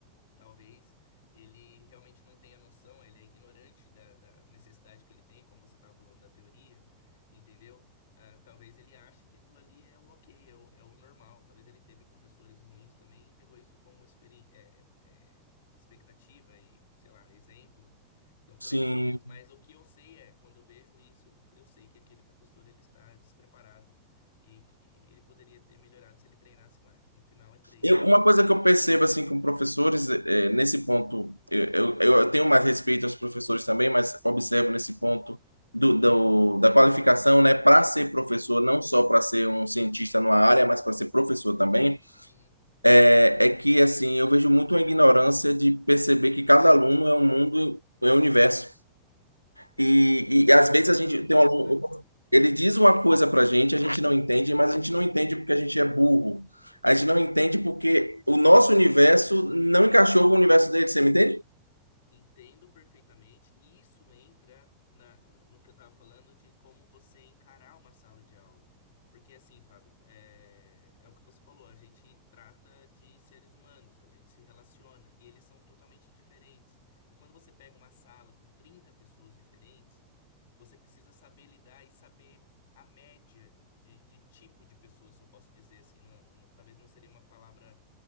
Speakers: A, on the left; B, on the left.
A: Talvez ele realmente não tenha noção, ele é ignorante da, da necessidade que ele tem, como você estava falando da teoria, entendeu? Ah, talvez ele ache que aquilo ali é o ok, é o, é o normal. Talvez ele teve professores ruins também e pegou isso como experi- é, é, expectativa e, sei lá, exemplo. Então, por
B: Sim,
A: N motivos. Mas o que eu sei é, quando eu vejo isso, eu sei que aquele professor ele está despreparado e que ele poderia ter melhorado se ele treinasse mais. No final é treino.
B: Eu, uma coisa que eu percebo assim com professores eh, nesse ponto eu, eu, eu tenho mais respeito aos professores também, mas observo nesse ponto do, do- da qualificação, né, para ser professor, não só para ser um cientista numa área, mas para ser professor também,
A: Uhum.
B: é, é que assim eu vejo muito a ignorância de perceber que cada aluno é um mundo, é um universo. E,
A: Sim.
B: e às vezes a gente
A: É um indivíduo,
B: tem um aluno,
A: né?
B: ele diz uma coisa para a gente, a gente não entende, mas a gente não entende porque a gente é burro. A gente não entende porque o nosso universo não encaixou com o universo dele, você me entende?
A: Entendo perfeitamente, e isso entra na- no que eu estava falando de como você encarar uma sala de aula. Porque assim, Fábio, é, é o que você falou, a gente trata de seres humanos, a gente se relaciona, e eles são totalmente diferentes. E quando você pega uma sala com 30 pessoas diferentes, você precisa saber lidar e saber a média de, de tipo de pessoa, se eu posso dizer assim, não- não- talvez não seria uma palavra